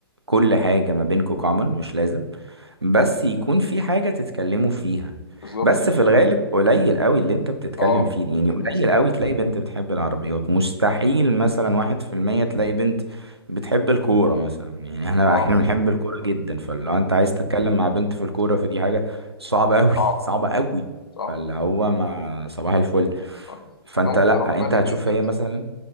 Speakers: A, on the right (about 80°); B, on the left (about 65°).
A: كل حاجة ما بينكوا common مش لازم بس يكون في حاجة تتكلموا فيها
B: بالظبط
A: بس في الغالب قليل قوي اللي انت بتتكلم
B: أه
A: فيه يعني قليل
B: دي مشكلة
A: قوي
B: برضه
A: تلاقي بنت بتحب العربيات مستحيل مثلا واحد في المية تلاقي بنت بتحب الكورة مثلا يعني احنا
B: أه
A: احنا بنحب الكورة جدا فلو انت عايز تتكلم مع بنت في الكورة فدي حاجة صعبة قوي
B: صعبة
A: صعبة قوي
B: صح
A: فاللي هو مع صباح الفل
B: صح.
A: فانت
B: إحنا ممكن
A: لا
B: نروح بقى
A: انت
B: الإيفنتات
A: هتشوف هي مثلا